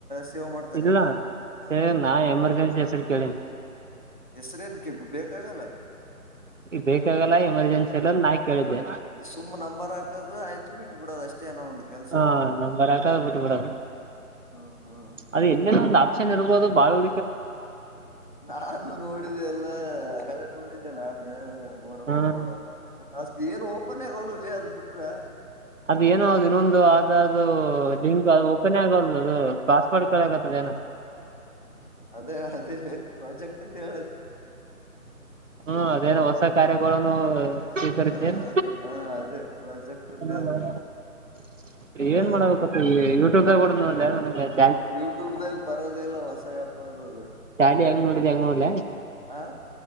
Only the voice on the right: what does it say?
ಇಲ್ಲ
ನಾ ಎಮರ್ಜೆನ್ಸಿ ಹೆಸ್ರು ಕೇಳಿನಿ.
ಈಗ ಬೇಕಾಗಲ್ಲ ಎಮರ್ಜೆನ್ಸಿ ಇಲ್ಲ ನಾಯ್ ಕೇಳಿದ್ದೆ
ಹ ನಂಬರಾಕದ್ ಬಿಟ್ಟ್ಬಿಡದು
ಅದು ಎಲ್ಲನ ಒಂದ್ ಆಪ್ಷನ್ ಇರ್ಬೊದು ಬಾಳ ಹು
ಹಾ
ಅದ ಏನೊ ಅದಿನ್ನೊಂದು ಅದದು ಲಿಂಕ್ ಅದು ಓಪನ್ನೇ ಆಗೊಲ್ದು ಅದು ಪಾಸ್ವರ್ಡ್ ಕೇಳಗತ್ತದೇನೊ.
ಹ್ಮ ಅದೇನೊ ಹೊಸ್ ಹೊಸ ಕಾರ್ಯಗಳನ್ನು ಸ್ವೀಕರಿಸ್ತೇನ್
ಹ ಏನ್
ಮಾಡಬೇಕತ್ತಿದಿ ಯೂಟ್ಯೂಬ್ದಾಗ್ <unintelligible>
ಶಾಲಿ ಹೆಂಗ ನೋಡಿದೆ ಹಂಗ್ ನೋಡ್ಲ